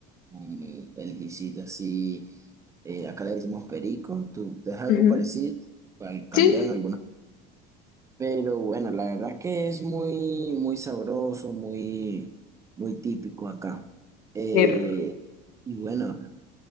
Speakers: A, on the right (about 15°); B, on the left (about 50°).
A: con el guisito así, eh, acá le decimos perico, tú, es algo
B: Ujú.
A: parecido, al- cambian
B: Sí,
A: algunas Pero bueno, la verdad es que es muy, muy sabroso, muy, muy típico acá. Eh,
B: qué rico.
A: y bueno,